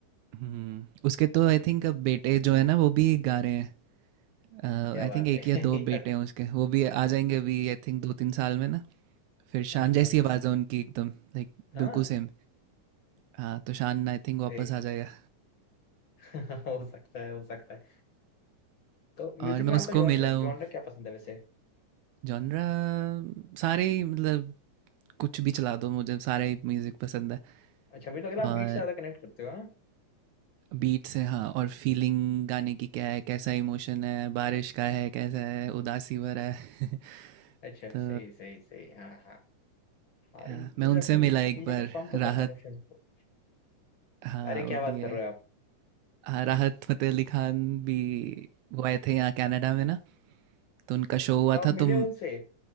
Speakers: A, on the right; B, on the left.
A: हम्म उसके तो आई थिंक अब बेटे जो है ना वो भी गा रहे हैं
B: क्या
A: आई
B: बात
A: थिंक एक
B: है
A: या
B: <laughs>
A: दो
B: यार
A: बेटे हैं उसके वो भी आ जाएंगे अभी आई थिंक दो तीन साल में ना फिर
B: हाँ
A: शान
B: हाँ
A: जैसी आवाज़ है उनकी एकदम लाइक
B: हाँ,
A: बिल्कुल सेम हाँ तो शान आई थिंक वापस
B: एक
A: आ जाएगा
B: <laughs> हो सकता है हो सकता है
A: <laughs>
B: तो म्यूजिक
A: और मैं
B: में
A: उसको
B: आपका
A: मिला हूँ
B: जॉनर क्या पसंद है वैसे
A: जॉनरा सारे ही, मतलब कुछ भी चला दो मुझे सारे ही म्यूज़िक पसंद है
B: अच्छा मुझे लग रहा
A: और
B: है आप बीट से ज्यादा कनेक्ट करते हो हाँ
A: बीट्स है हाँ और फीलिंग गाने की क्या है कैसा इमोशन है बारिश का है कैसा है उदासी भरा है <laughs>
B: अच्छा
A: तो
B: सही सही सही हाँ हाँ हाँ
A: अ,
B: ये मुझे
A: मैं
B: लगता
A: उनसे
B: है
A: मिला
B: म्यूजिक
A: एक
B: कहीं ना
A: बार
B: कहीं पंप तो करता
A: राहत
B: है इमोशंस को
A: हाँ
B: अरे
A: वो
B: क्या बात
A: भी है
B: कर रहे हो आप
A: हाँ राहत फतेह अली खान भी वो आए थे यहाँ कनाडा में ना तो उनका शो हुआ
B: तो आप
A: था
B: मिले
A: तो म-
B: हो उनसे